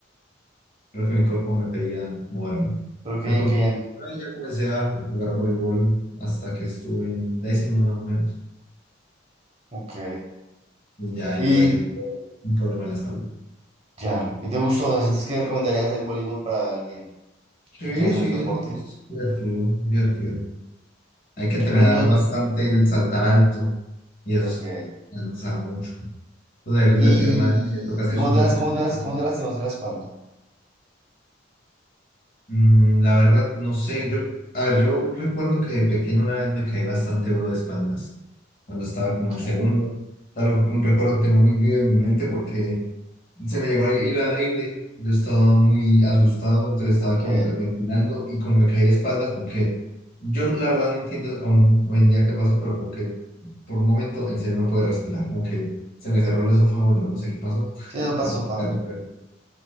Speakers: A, on the left; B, on the right.
A: creo que mi cuerpo me pedía moverme.
B: Pero qué
A: De
B: bien,
A: pronto,
B: qué bien.
A: ahí ya comencé a jugar voleibol hasta que estuve en décimo más o menos.
B: Ok.
A: Y ya ahí
B: Y
A: lo dejé por un problema en la espalda.
B: ya. ¿Y te gustó? O sea, ¿sientes que recomendarías el voleibol para alguien
A: Sí,
B: que quiera hacer
A: sí,
B: este deporte?
A: es, es divertido, es divertido. Hay
B: Y,
A: que entrenar
B: pero tú-
A: bastante el saltar alto y eso
B: ok.
A: es, nos da mucho. Los ejercicios
B: ¿Y,
A: de pierna que toca hacer
B: y cómo
A: son
B: te
A: de
B: das,
A: esos
B: cómo
A: que te-
B: te das, cómo te lastimas en la espalda?
A: Mm, la verdad, no sé. Yo, a ver, yo recuerdo que de pequeño una vez me caí bastante bro de espaldas, cuando estaba
B: Ok,
A: como en segundo. Tal, un recuerdo que tengo muy vivo en mi mente porque se me llegó a ir al aire. Yo estaba muy asustado, entonces estaba
B: ok.
A: como hiperventilando y como me caí de espaldas, como que yo la verdad no entiendo aún hoy en día qué pasó, pero como que por un momento en serio no pude respirar, como que se me cerró el esófago, yo no sé qué pasó.
B: Sí, eso pasa,
A: <laughs>
B: eso pasa.